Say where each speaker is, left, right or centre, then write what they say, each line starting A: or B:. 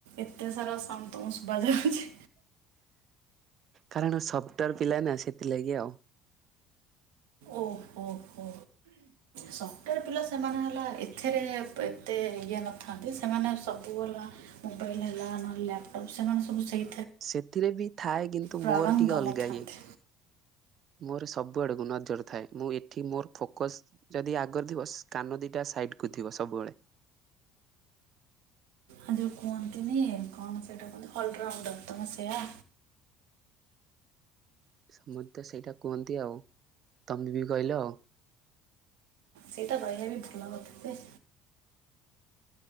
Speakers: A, on the right; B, on the right.
A: ଏତେ ସାରା ସନ୍ତୋଷ ଶୁଭା ଯାଉଛି।
B: କାରଣ ଶବ୍ଦ ପିଲା ନା ସେଥିଲାଗି ଆଉ।
A: ଓହୋ ହୋ ହୋ ଶବ୍ଦ ପିଲା ସେମାନେ ହେଲା ଏଥିରେ ଏତେ ଇଏ ନଥାନ୍ତି ସେମାନେ ସବୁ ହେଲା ମୋବାଇଲ ହେଲା ନହେଲେ ଲ୍ୟାପଟପ୍ ସେମାନେ ସବୁ ସେଇ
B: ସେଥିରେ ବି ଥାଏ କିନ୍ତୁ
A: ପ୍ରାରଙ୍ଗମ
B: ମୋର ଟିକେ ଅଲଗା
A: ଥାନ୍ତି
B: ହଇଏ ମୋର ସବୁଆଡେ ଗୁଣ ଜର ଥାଏ ମୁଁ ଏଠି ମୋର ଫୋକସ ଯଦି ଆଗରେ ଥିବ କାନଦୀଟା ସାଇଡ କୁ ଥିବ ସବୁବେଳେ।
A: ଆ ଯୋଉ କୁହନ୍ତିନି କଣ ସେଇଟା କୁହନ୍ତି ଅଲରାଉଣ୍ଡ ତମ ସେୟା।
B: ସମସ୍ତେ ତ ସେଇଟା କୁହନ୍ତି ଆଉ ତମେ ବି କହିଲ ଆଉ।
A: ସେଇଟା ରହିବା ବି ଭଲ କଥା ଟେ।